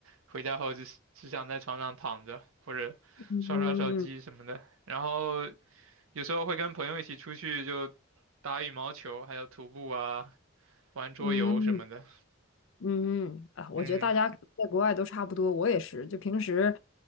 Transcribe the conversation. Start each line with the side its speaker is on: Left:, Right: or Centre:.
Right: 回家后就只想在床上躺着或者刷刷手机什么的。
Left: 嗯
Right: 然后有时候会跟朋友一起出去就打羽毛球，还有徒步啊，玩桌游什么的。
Left: 嗯。嗯嗯啊，我觉得大家可能在国外都差不多，
Right: 嗯。
Left: 我也是，就平时